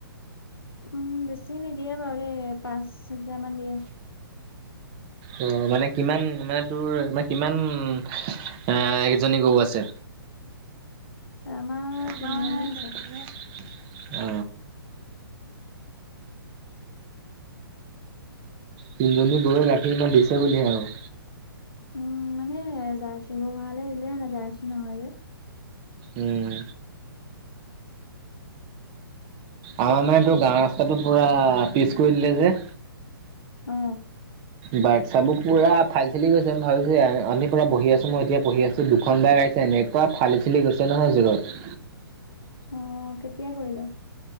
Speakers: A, on the left; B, on the right.
A: উম, বেছি নিদিয়ে বাৰু দেই, পাঁচ লিটাৰমান দিয়ে।
B: অ মানে কিমান, মানে তোৰ মানে কিমান এ কেজনী গৰু আছে?
A: আমাৰ
B: আমাৰ
A: তিনিজনী আছে
B: তিনজনী আছে অ তিনজনী গৰুৱে গাখীৰ ইমান দিছে বুলিহে আৰু।
A: উম, মানে জাৰ্চি গৰু হোৱা হলে দিলে হেতেন, জাৰ্চি নহয় যে।
B: উম আমাৰ মানে তোৰ গাঁওৰ ৰাস্তাটো পুৰা পিচ কৰি দিলে যে।
A: অ!
B: বাইক-চাইকবোৰ পুৰা ফাই-চালি গৈছে আম ভাবিছো দেই আ আমি পুৰা বহি আছোঁ, মই এতিয়া পঢ়হি আছোঁ, দুখন বাইক আহিছ এনেকুৱা ফালি-চেলি গৈছে নহয় যোৰত
A: অ কেতিয়া কৰিলে?